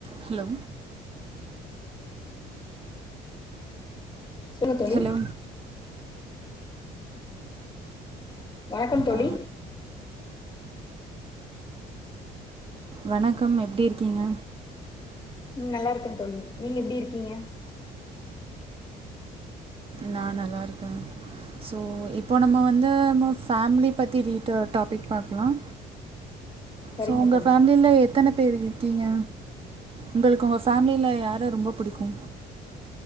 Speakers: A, on the right; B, on the left.
A: ஹலோ
B: சொல்லுங்க தோழி
A: ஹலோ
B: வணக்கம் தோழி
A: ஆ வணக்கம் எப்படி இருக்கீங்க
B: உம் நல்லா இருக்க தோழி நீங்க எப்படி இருக்கீங்க
A: நான் நல்லா இருக்கேன் சோ இப்போ நம்ம வந்து நம் ஃபேமிலி பத்தி ரீடாபிக் பாக்கலாம்
B: சரிங்க
A: சோ உங்க
B: தோழி
A: ஃபேமில எத்தனை பேரு இரு ஓகேங்க உங்களுக்கு உங்கள் ஃபேமிலியில் யார ரொம்ப பிடிக்கு